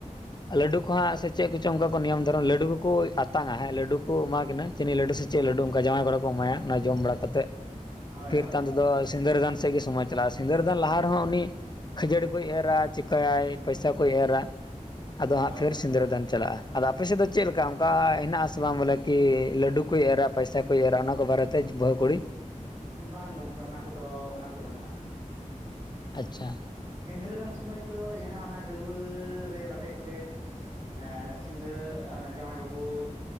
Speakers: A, on the left; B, on the right.
A: ᱞᱟᱹᱰᱩ ᱠᱚ ᱦᱟᱸᱜ ᱥᱮ ᱪᱮᱜ ᱠᱚᱪᱚᱝ ᱚᱱᱠᱟ ᱠᱚ ᱱᱤᱭᱚᱢ ᱫᱷᱚᱨᱚᱱ ᱞᱟᱹᱰᱩ ᱠᱚᱠᱚ ᱟᱛᱟᱝᱟ ᱦᱮᱸ ᱞᱟᱹᱰᱩ ᱠᱚ ᱮᱢᱟ ᱠᱤᱱᱟᱹ᱾ ᱪᱤᱱᱤ ᱞᱟᱹᱰᱩ ᱥᱮ ᱪᱮᱜ ᱞᱟᱹᱰᱩ ᱚᱝᱠᱟ ᱡᱟᱶᱟᱭ ᱠᱚᱲᱟ ᱠᱚ ᱮᱢᱟᱭᱟ᱾ ᱚᱱᱟ ᱡᱚᱢ ᱵᱟᱲᱟ ᱠᱟᱛᱮᱜ
B: ᱦᱳᱭ
A: ᱯᱷᱤᱨ
B: ᱦᱳᱭ
A: ᱛᱟᱭᱚᱢ ᱛᱮᱫᱚ ᱥᱤᱸᱫᱟᱹᱨᱟᱹ ᱫᱟᱱ ᱥᱮᱜ ᱜᱮ ᱥᱚᱢᱚᱭ ᱪᱟᱞᱟᱜᱼᱟ ᱥᱤᱸᱫᱟᱹᱨᱟᱹ ᱫᱟᱱ ᱞᱟᱦᱟ ᱨᱮᱦᱚᱸ ᱩᱱᱤ ᱠᱷᱟᱹᱡᱟᱹᱲᱤ ᱠᱚᱭ ᱮᱨᱟ ᱪᱮᱠᱟᱭᱟᱭ ᱯᱚᱭᱥᱟ ᱠᱚᱭ ᱮᱨᱟ᱾ ᱟᱫᱚ
B: ᱦᱳᱭ
A: ᱦᱟᱸᱜ ᱯᱷᱤᱨ
B: ᱦᱳᱭ
A: ᱥᱤᱸᱫᱟᱹᱨᱟᱹ ᱫᱟᱱ ᱪᱟᱞᱟᱜᱼᱟ᱾ ᱟᱫᱚ ᱟᱯᱮᱥᱮᱜ ᱫᱚ ᱪᱮᱜ ᱞᱮᱠᱟ ᱚᱝᱠᱟ ᱦᱮᱱᱟᱜᱼᱟ ᱥᱮ ᱵᱟᱝ ᱵᱚᱞᱮ ᱠᱤ ᱞᱟᱹᱰᱩ ᱠᱚᱭ ᱮᱨᱟ ᱯᱟᱭᱥᱟ ᱠᱚᱭ ᱮᱨᱟ ᱚᱱᱟ ᱠᱚ ᱵᱟᱨᱮ, ᱛᱮᱡ ᱵᱟᱹᱦᱩ ᱠᱩᱲᱤ᱾
B: ᱵᱟᱝ ᱜᱚᱝᱠᱮ ᱚᱱᱟ ᱠᱚᱫᱚ ᱚᱱᱟ ᱠᱚᱫᱚ ᱵᱟᱹᱱᱩᱜᱼᱟ ᱱᱟ᱾
A: ᱟᱪᱪᱷᱟ,
B: ᱥᱤᱸᱫᱟᱹᱨᱟᱹ ᱫᱟᱱ ᱥᱚᱢᱚᱭ ᱫᱚ ᱡᱟᱦᱟᱸ ᱚᱱᱟ ᱫᱟᱹᱲᱩᱣᱟᱹ ᱨᱮ ᱞᱟᱫᱮ ᱠᱟᱛᱮᱫ, ᱮ ᱥᱤᱸᱫᱟᱹ ᱚᱱᱮ ᱡᱟᱣᱟᱭ ᱵᱟᱹᱵᱩ,